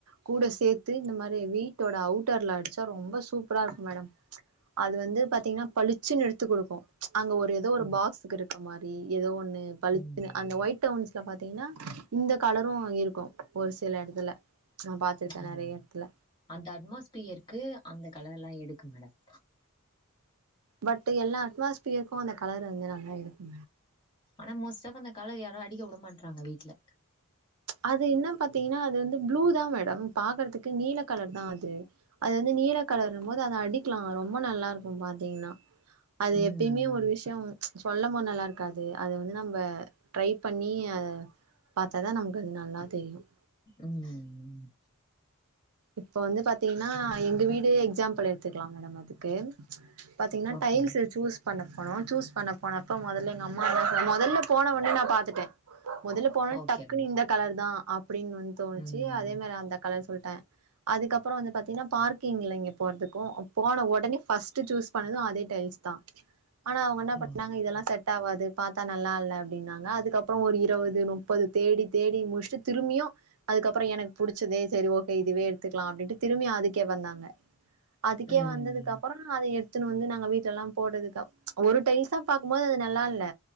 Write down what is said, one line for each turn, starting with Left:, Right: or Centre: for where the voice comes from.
Right: கூட சேத்து இந்த மாரி வீட்டோட அவுட்டர்ல அடிச்சா ரொம்ப சூப்பரா இருக்கு மேடம் அது வந்து பாத்தீங்கன்னா பளிச்சுன்னு எடுத்து குடுக்கும் அங்க ஒரு ஏதோ ஒரு
Left: ஓ
Right: பாக்ஸ்க்கு இருக்க மாரி ஏதோ ஒண்ணு பளிச்சுன்னு
Left: ம்
Right: அந்த ஒயிட் ஓயிட்வுன்ஸ்ல பாத்தீங்கன்னா இந்த கலரும் இருக்கும் ஒரு சில எடத்துல நா பாத்திருக்கே
Left: ம்
Right: நெறைய எடத்துல
Left: அந்த அட்மாஸ்பியர்கு அந்த கலர் எல்லாம் எடுக்கும் மேடம்
Right: பட் எல்லா அட்மாஸ்பியருக்கும் அந்த கலர் வந்து நல்லா இருக்கு
Left: ஆனா மோஸ்டா இப்ப அந்த காலர் யாரும் அடிக்க வுடமாற்றாங்க வீட்டுல
Right: அது என்ன பாத்தீங்கன்னா அது வந்து ப்ளூ தா மேடம் பாக்குறதுக்கு நீல கலர் தா அது அது வந்து நீல களரும் போது அத அடிக்கலா ரொம்ப நல்லா இருக்கும் பாத்தீங்கன்னா அது
Left: ம்
Right: எப்பயுமே ஒரு விஷயம் சொல்ல போது நல்லா இருக்காது அத வந்து நம்ம ட்ரை பண்ணி அத பாத்தா தா நமக்கு அது நல்லா தெரியும்
Left: ம் ம்
Right: இப்போ வந்து பாத்தீங்கன்னா எங்க வீடு எக்ஸாம்பிள் எடுத்துக்கலாம் மேடம் அதுக்கு பாத்தீங்கன்னா
Left: ஓகே
Right: டைல்ஸ் சூஸ் பண்ண போனம் சூஸ் பண்ண போனப்ப மொதல்ல எங்க அம்மா மொதல்ல போன ஒன்னே நா பாத்துட்டே மொதல்ல போனோன்னே
Left: ஓகே
Right: டக்குன்னு இந்த கலர் தா அப்டின்னு தோணுச்சு
Left: ம்
Right: அதே மாரி அந்த கலர் சொல்லிட்டே அதுக்கப்பறோ வந்து பாத்தீங்கன்னா பார்க் க்கீங்கள இங்க போறதுக்கும் போன உடனே ஃபர்ஸ்ட்ட் சூஸ் பண்ணதும் அதே டைல்ஸ் தா ஆனா அவங்க என்ன
Left: ஓ!
Right: பண்ணாங்க இதெல்லாம் செட் டாவாது பாத்தா நல்லா இல்ல அப்டின்னாங்க அதுக்கப்பறோ ஒரு இருவது முப்பது தேடி தேடி முடிச்சட்டு திரும்பியும் அதுக்கப்பறோ எனக்கு புடிச்சதே சேரி ஓகே இதுவே எடுத்துக்கலா அப்டின்ட்டு திரும்பி அதுக்கே வந்தாங்க அதுக்கே
Left: ம்
Right: வந்ததுக்கப் ப்பறோ அத எடுத்துன்னு வந்து நாங்க வீட்லல்லா போடதுகப்ப‌ ஒரு டைல்ஸா பாக்கும்போது அது நல்லா இல்ல